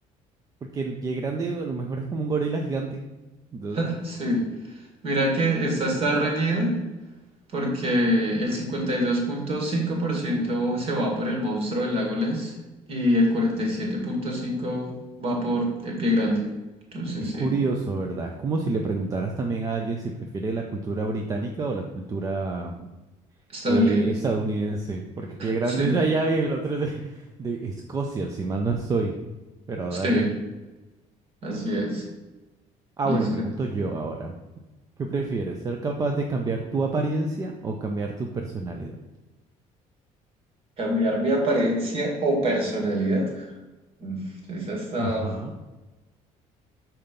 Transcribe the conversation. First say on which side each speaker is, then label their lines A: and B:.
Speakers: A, on the right; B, on the right.
A: Porque el Pie Grande a lo mejor es como un gorila gigante. Entonces,
B: <laughs>
A: pues,
B: Sí, mira que esta está reñida porque el cincuenta y dos punto cinco por ciento se va por el monstruo del lago Ness y el 47.5% va por eh, Pie Grande. Entonces
A: es
B: sí,
A: curioso, ¿verdad? Es como si le preguntaras también a alguien si prefiere la cultura británica o la cultura
B: está
A: eh,
B: dolido.
A: estadounidense. Porque Pie Grande
B: Sí,
A: es de allá y el otro es de, de Escocia, si mal no estoy. Pero
B: sí,
A: dale.
B: así es.
A: Ah,
B: Listo.
A: bueno, pregunto yo ahora. ¿Qué prefieres, ser capaz de cambiar tu apariencia o cambiar tu personalidad?
B: Cambiar mi apariencia o personalidad. Mm, Esa está.
A: Ajá,